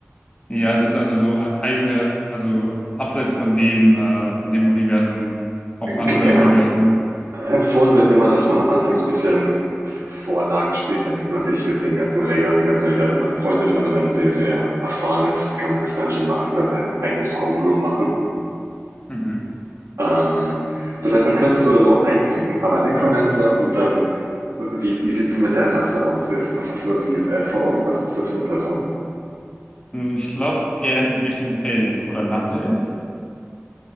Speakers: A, on the left (about 20°); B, on the right (about 80°).
A: Ja, das ist also so e-, eigene, also abseits von dem, äh, von dem Universum, auch andere
B: G genau.
A: Universen.
B: Empfohlen wird immer, dass man am Anfang so ein bisschen V Vorlagen spielt, damit man sich mit den ganzen Regeln dem ganzen Universum anfreundet und wenn man dann sehr, sehr erfahren ist, kann man als Dungeon Master sein eigenes Homebrew machen.
A: Mhm.
B: Ähm, das heißt, man könnte es so oder so einfügen, aber Necromancer und dann wie wie sieht's denn mit der Rasse aus? Wes was hast du da so visuell vor Augen? Was ist das für eine Person?
A: Hm, Ich glaube eher in die Richtung Elf oder Nachtelf.